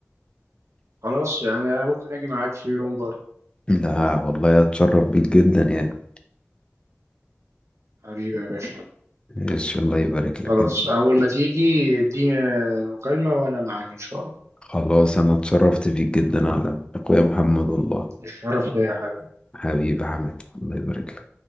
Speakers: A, on the right (about 85°); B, on the left (about 20°).
A: خلاص يعني انا ممكن اجي معاك في يوم برضه
B: لا والله اتشرف بيك جدا يعني
A: حبيبي يا باشا
B: يش الله يبارك
A: خلاص
B: لك انت
A: اول ما تيجي اديني مكالمة وانا معاك ان شاء الله
B: خلاص انا اتشرفت بيك جدا يا اخويا محمد والله
A: الشرف ده يا حبيبي
B: حبيبي يا حماد الله يبارك لك